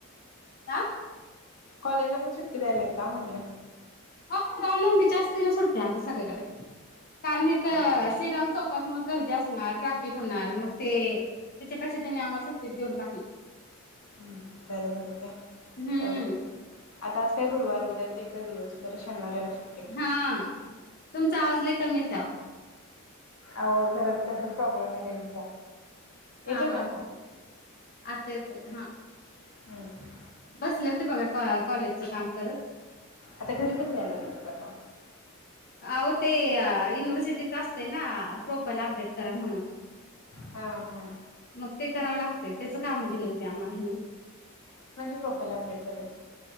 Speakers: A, on the left; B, on the left.
A: अ.
B: कॉलेजला पण सुट्टी द्यायलेत का म्हणलं?
A: हा रावनवमीची आस्तीनं सुट्टी आता सगळीकडं, कारण इथं
B: हा
A: श्रीराम चौकात म गर्दी असणार ट्रॅफिक होणार मग ते त्याच्यापेक्षा त्यांनी आम्हाला सुट्टीच देऊन टाकली.
B: हुं बरं बरं घ्या,
A: हम्म
B: जाऊ दे. आता आज काय गुरुवार उद्याच एकच दिवस परत शनिवार रईवार सुट्टी
A: हं, तुमचा आवाज लय कमी येतायवो.
B: आहो घरात तसाच प्रॉब्लेमाय रेंजचा, येतोय
A: हा
B: का
A: हा
B: आता?
A: हा आता येतोय, हा
B: हम्म
A: बसले होते बघा काॅ कॉलेजचं काम करत.
B: अच्छा घरी पण द्याय लागलेत का काम?
A: आवो ते युनिव्हर्सिटीच असतंय ना प्रोपाईला अपडेट करा म्हणून
B: हां हं.
A: मग ते करावं लागतयं त्याच काम दिले होते आम्हाला ह्यानी
B: कोणाची प्रोफाईल अपडेट करायची.